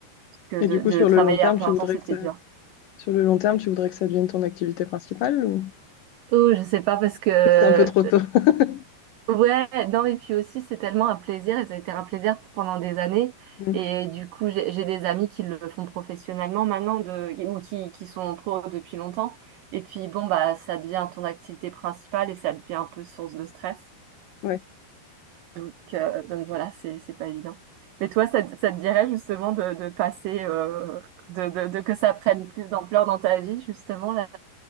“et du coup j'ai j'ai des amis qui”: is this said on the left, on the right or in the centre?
Right